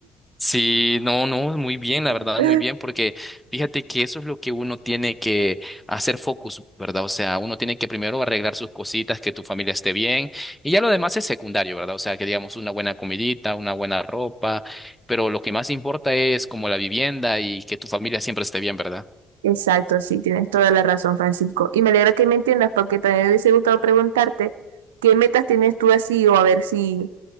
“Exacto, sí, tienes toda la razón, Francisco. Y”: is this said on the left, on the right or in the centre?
Right